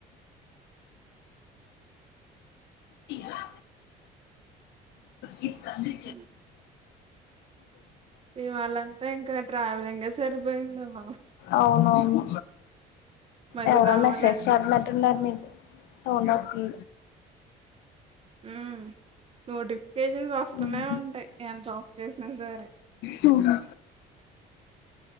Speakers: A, on the left; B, on the right.
A: లా ఇంకేమి
B: ఉమ్ ఇవాళంతా ఇంకా ట్రావెలింగే సరిపోయిందను
A: అవునవును
B: మళ్ళీ
A: ఎవరొ
B: రావాలంటే
A: మెస్సేజ్ చేత్తన్నట్టు ఉన్నారు నీకి సౌండక్కి
B: ఉమ్ నోటిఫికేషన్స్ వస్తూనే
A: ఉమ్.
B: ఉంటాయి ఎంత ఆఫ్ చేసినా సరే
A: చూసా